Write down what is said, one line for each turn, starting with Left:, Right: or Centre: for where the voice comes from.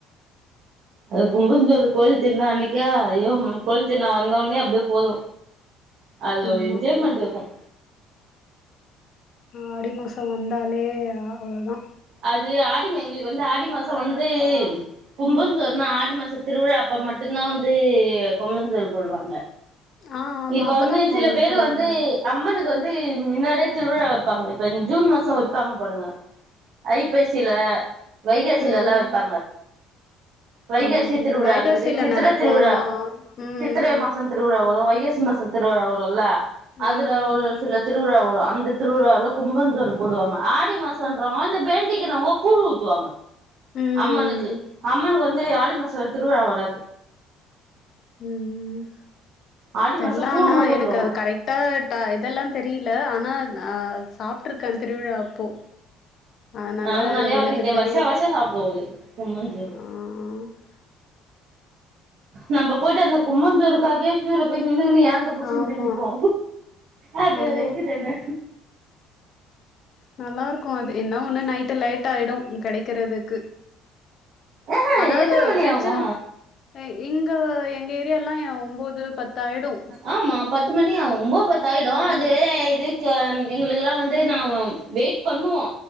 Right: அது கும்பஞ்சோறு கோயில் திருனா அன்னிக்கா ஐயோ கோயில் திருவிழா வந்தோனே அப்பிடியே போது அதுல
Left: ஆமா
Right: ஒரு என்ஜாய்மெண்டு இருக்கும்
Left: ஆடிமாச வந்தாலே அவ்ள தா
Right: அது ஆடி ம எங்களுக்கு வந்து ஆடி மாச வந்து புங்கஞ்சோறுனா ஆடி மாச திருவிழா அப்பா மட்டும்தா வந்து பொங்கச்சோறு போடுவாங்க
Left: ஆ ஆமா
Right: இப்ப
Left: அப்பதா
Right: வந்து சில பேரு
Left: போடுவாங்க
Right: வந்து அம்மனுக்கு வந்து மின்னாடியே திருவிழா வெப்பாங்க இப்ப ஜூன் மாச வெப்பாங்க பாருங்க ஐப்பசில வைகாசிலலா
Left: ம்
Right: வப்பாங்க வைகாசி
Left: ஆ
Right: திருவிழா
Left: வைகாசில
Right: இருக்குது சித்ர
Left: நடக்கு
Right: திருவிழா
Left: ஆமா ம்
Right: சித்ர மாச திருவ்ழா வரு வைகாசி மாச திருவ்ழா வரு இல்ல அதுல
Left: ம்
Right: ஒரு சில திருவிழா வரு அந்த திருவ்ழால கும்பஞ்சோறு போடுவாங்க ஆடி மாசன்றவங்க இந்த வேண்டிக்கினவங்க கூழ் ஊத்துவாங்க
Left: ம்
Right: அம்மனுக்கு அம்மனுக்கு வந்து ஆடி மாச திருவிழா வராது
Left: ம் ம்
Right: ஆடி
Left: தெர்ல
Right: மாசோ கூழ்
Left: ஆனா
Right: மட்டு
Left: எனக்கு
Right: ஊத்துவாங்க
Left: அது கரெட் டா ட இதுலா தெரில ஆனா ஆ சாப்ட்ருக்கே திருவிழா அப்போ அதனால
Right: நாங்க நெறையா
Left: எனக்கு
Right: வாட்டி இத
Left: தெரியு
Right: வர்ஷா வர்ஷா சாப்டுவோ அது கும்பஞ்சோறு
Left: ஆ
Right: நம்ப பொயிட்டு அந்த கும்பஞ்சோறுகாகயே க்யூல போய் நின்னு <unintelligible> த புடிச்சிகிட்டே
Left: ஆமா
Right: நிப்போ அதேதா
Left: ஆமா
Right: இதுதானே
Left: நல்லா இருக்கு அது என்ன ஒன்னு நைட்டு லேட் ஆகிடு கெடைக்கரதுக்கு
Right: ஆஹா
Left: ஆனா
Right: எத்தன
Left: அது
Right: மணி
Left: ஃப்ரிட்ஜில
Right: ஆகு
Left: ஏய் எங்க எங்க ஏரியாலலா ஏ ஒம்போது பத்தாய்டு
Right: ஆமா பத்து மணி ஆவு ஒம்பத் பத்தாயிடு
Left: ம்.
Right: அது இது க்கு எங்ளுக்குலா வந்து நா வெயிட் பண்ணுவோ